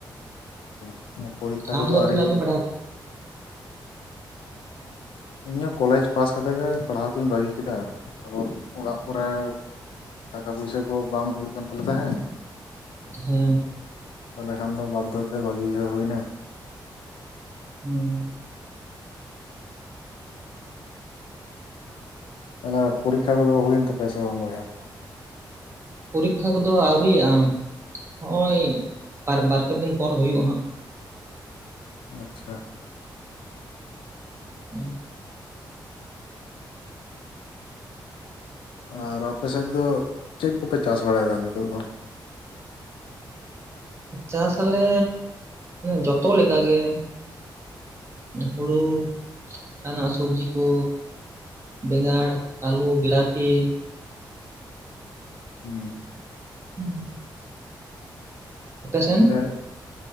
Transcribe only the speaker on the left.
ᱟᱪᱪᱷᱟ ᱯᱚᱨᱤᱠᱠᱷᱟ
ᱠᱚᱫᱚ
ᱟᱣᱨᱤ
ᱦᱩᱭᱩ
ᱛᱮ?
ᱤᱧᱦᱚᱸ ᱠᱚᱞᱮᱡᱽ ᱯᱟᱥ ᱠᱟᱛᱮᱜ ᱜᱮ ᱯᱟᱲᱦᱟᱣ ᱠᱚᱧ ᱵᱟᱹᱜᱤ ᱠᱮᱫᱟ ᱛᱟᱯᱚᱨ ᱚᱲᱟᱜ ᱠᱚᱨᱮ ᱴᱟᱠᱟ ᱯᱚᱭᱥᱟᱹ ᱠᱚ ᱵᱟᱝ ᱦᱩᱭᱩᱜ ᱠᱟᱱ ᱛᱟᱞᱮᱭᱟ ᱦᱮᱸᱫ᱾
ᱛᱟᱦᱚᱞᱮ ᱠᱷᱟᱱ ᱫᱚ ᱵᱟᱫᱫᱷᱚᱛᱮ ᱵᱟᱹᱜᱤ ᱜᱮ ᱦᱩᱭᱱᱟ᱾
ᱛᱟᱦᱚᱞᱮ ᱯᱚᱨᱤᱠᱠᱷᱟ ᱠᱚᱫᱚ ᱦᱩᱭᱮᱱ ᱛᱟᱯᱮᱭᱟ ᱥᱮ ᱵᱟᱝ ᱵᱚᱭᱦᱟ?
ᱟᱪᱪᱷᱟ᱾
ᱟᱨ ᱟᱯᱮ ᱥᱮᱫ ᱫᱚ ᱪᱮᱫ ᱠᱚᱯᱮ ᱪᱟᱥ ᱵᱟᱲᱟᱭᱮᱫᱟ ᱱᱤᱛᱚᱜ ᱫᱚ?
ᱦᱮᱸ
ᱟᱯᱮ